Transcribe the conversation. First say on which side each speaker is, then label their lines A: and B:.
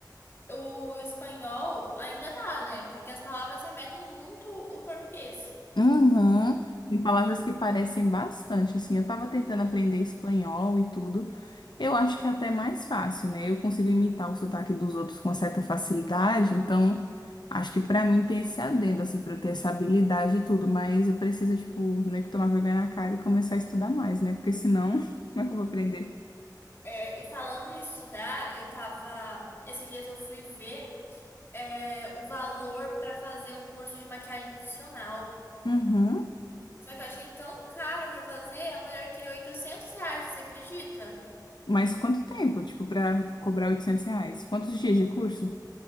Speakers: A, on the left (about 30°); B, on the left (about 80°).
A: O espanhol ainda dá, né? Porque as palavras remetem muito o português.
B: Uhum. Tem palavras que parecem bastante, assim. Eu tava tentando aprender espanhol e tudo. Eu acho que é até mais fácil, né? Eu consigo imitar o sotaque dos outros com certa facilidade, então acho que pra mim tem esse adendo, assim, pra eu ter essa habilidade e tudo, mas eu preciso, tipo, meio que tomar vergonha na cara e começar a estudar mais, né? Porque senão, <laughs> como é que eu vou aprender?
A: É, e falando em estudar, eu tava. Esses dias eu fui ver, é, o valor para fazer um curso de maquiagem profissional.
B: Uhum.
A: Só que eu achei tão caro pra fazer, a mulher queria 800 reais, você acredita?
B: Mas quanto tempo, tipo, pra cobrar 800 reais? Quantos dias de curso?